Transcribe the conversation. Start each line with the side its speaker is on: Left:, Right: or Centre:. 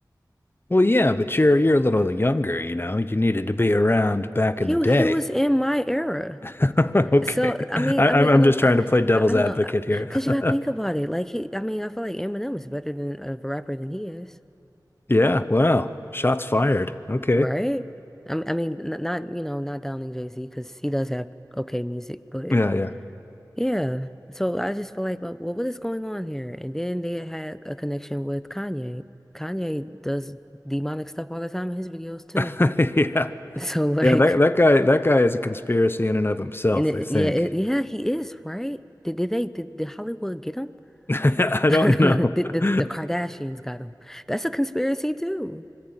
Left: Well, yeah, but you're you're a little younger, you know. You needed to be around back
Centre: He
Left: in the day.
Centre: he was in my era,
Left: <laughs> Okay.
Centre: so I mean,
Left: I,
Centre: I
Left: I'm
Centre: mean,
Left: I'm
Centre: I don't,
Left: just trying
Centre: I,
Left: to play devil's
Centre: I I don't
Left: advocate
Centre: know, I-
Left: here.
Centre: cause you gotta think about
Left: <laughs>
Centre: it. Like he, I mean, I feel like Eminem is better than of a rapper than he is,
Left: Yeah, wow. Shots fired. Okay.
Centre: right? I mean, I mean, n- not you know, not downing Jay-Z because he does have okay music, but.
Left: Yeah, yeah.
Centre: Yeah. So I just feel like, well, what what is going on here? And then they had a connection with Kanye. Kanye does demonic stuff all the time in his videos too.
Left: <laughs>
Centre: <laughs>
Left: Yeah.
Centre: So like,
Left: Yeah, that that guy that guy is a conspiracy in and of himself,
Centre: and it,
Left: I think.
Centre: yeah, it, yeah, he is, right? Did, did they did, did Hollywood get him? <laughs>
Left: <laughs> I don't
Centre: Did,
Left: know.
Centre: did
Left: <laughs>
Centre: the Kardashians got him? That's a conspiracy too.